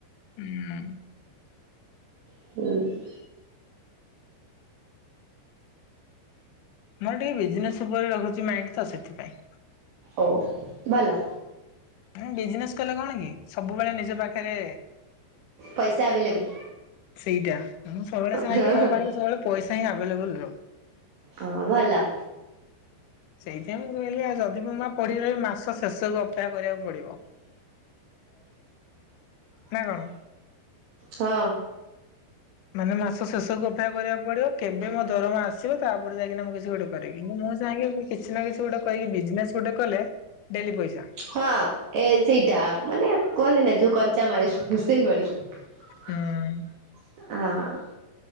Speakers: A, on the left; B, on the right.
A: ହୁଁ।
B: ହୁଁ।
A: ମୋର ଟିକେ ବିଜନେସ୍ ଉପରେ ରହୁଚି ମାଇଣ୍ଡ ତ ସେଥିପାଇଁ
B: ଓଃ ଭଲ।
A: ହୁଁ ବିଜନେସ୍ କଲେ କଣ କି ସବୁବେଳେ ନିଜ ପାଖରେ
B: ପଇସା ଆଭେଲେବଲ।
A: ସେଇଟା ମୁଁ ସବୁବେଳେ ଚାହେଁ
B: ହଁ
A: କି ମୋ ପାଖରେ ସବୁବେଳେ ପଇସା ହିଁ ଆଭେଲେବଲ ରହୁ।
B: ହଁ ଭଲ।
A: ସେଇଥିପାଇଁ ମୁଁ କହିଲି ଆଉ ଯଦି ବି ମୁଁ ପଡି ରହିବି ମାସ ଶେଷକୁ ଅପେକ୍ଷା କରିବାକୁ ପଡିବ। ନା କଣ?
B: ହଁ।
A: ମାନେ ମାସ ଶେଷକୁ ଅପେକ୍ଷା କରିବାକୁ ପଡ଼ିବ। କେବେ ମୋ ଦରମା ଆ ତା'ପରେ ଯାଇକିନା ମୁଁ କିଛି ଗୋଟେ କରିବି, ମୁଁ ଚାହେଁକି କିଛି ନା କିଛି ଗୋଟେ ବିଜନେସ୍‌ ଗୋଟେ କଲେ। ଡ଼େଲି ପଇସା।
B: ହଁ ଏ ସେଇଟା, ମାନେ କୁହନ୍ତି ନା ଯଉ କଞ୍ଚା ମାଲ୍ ସେଇଭଳି।
A: ହୁଁ
B: <inaudible>